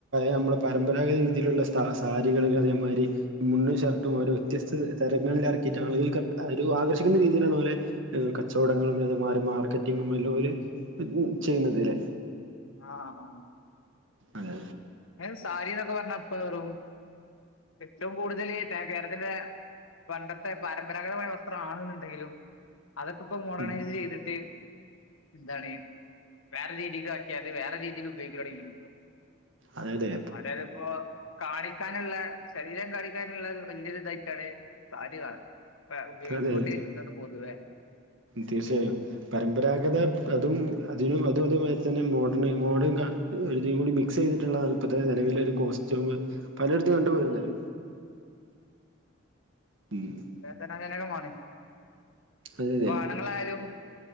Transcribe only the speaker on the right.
നമ്മളുടെ പരമ്പരാഗത രീതിയിലുള്ള സാരികൾ അതേമാതിരി മുന്നും ഷർട്ടും ഓരോ വ്യത്യസ്ത തരങ്ങളിൽ ഇറക്കിയിട്ട് ആളുകൾക്ക് ആകർഷിക്കുന്ന രീതിയിലാണ് പോലെ കച്ചവടങ്ങളും പിമാര മാർക്കറ്റിങ്ങും എല്ലോരും ചെയ്യുന്നതില്ലേ
അത
ഉം
അതെതെ
അതെ
അതെ
തീർച്ചയായും പരമ്പരാഗത വ്രതും അതിനും അതും അതുമായി തന്നെ മോഡേൺ മോഡേൺ ഒരുഴുതിംകൂടി മിക്സ് ചെയ്തിട്ടുള്ള തണുപ്പത്തെ നിലവിലൊരു
കോസ്റ്റ്യൂം പലയിടത്തും കണ്ടു
പോരുന്നത്
<inaudible>
അതെ അതെ